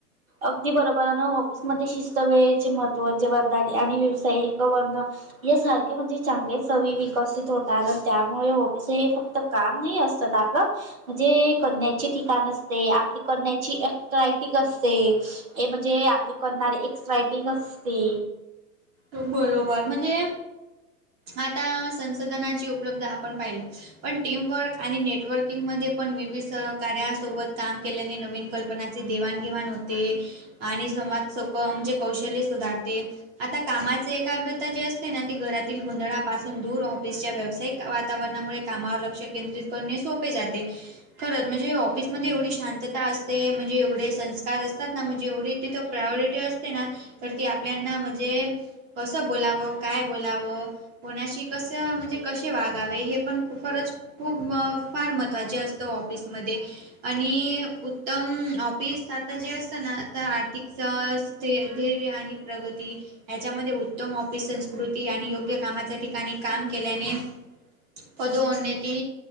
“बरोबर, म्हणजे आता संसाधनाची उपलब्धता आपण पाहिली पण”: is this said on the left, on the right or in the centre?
Right